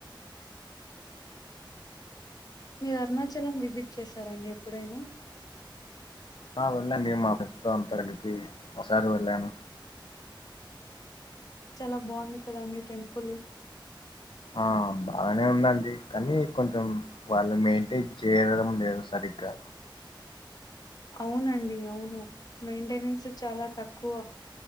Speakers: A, on the left; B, on the left.
A: మీరు అరుణాచలం విజిట్ చేసారండి ఎప్పుడైనా
B: ఆ వెళ్ళ అండి మాఫ్రెండ్స్ తో అంతా కలిపి ఒకసారి వెళ్ళాను
A: చాలా బాగుంది కదండి టెంపుల్
B: ఆ బాగానే ఉందండి కానీ కొంచెం వాళ్ళు మెయింటైన్ చేయడం లేదు సరిగ్గ గా
A: అవునండి అవును మెయింటెనెన్స్ చాలా తక్కువ